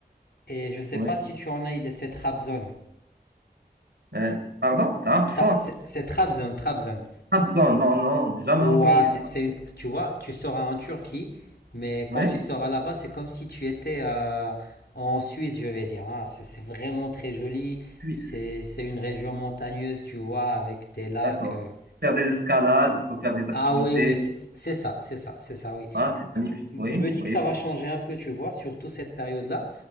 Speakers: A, on the left; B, on the right.
A: Et je sais
B: oui.
A: pas si tu en as idée, c'est Trabzon.
B: Euh, pardon? Trabzon,
A: Ta- C'est c'est Trabzon, Trabzon.
B: Trabzon, non, non, jamais
A: Ouah,
B: entendu.
A: c'est c'est une, tu vois, tu seras en Turquie, mais
B: Oui,
A: quand tu seras là-bas, c'est comme si tu étais euh, en Suisse, je vais dire. hein. C'est c'est vraiment très joli.
B: Suisse,
A: C'est c'est une région montagneuse, tu vois, avec des lacs.
B: d'accord.
A: euh.
B: Faire des escalades, peut faire des activités.
A: Ah oui, oui, c'est c'est ça, c'est ça, c'est ça, oui.
B: Ah, c'est magnifique, oui,
A: Je me dis
B: oui,
A: que ça
B: pour,
A: va changer un peu, tu vois, surtout cette période-là.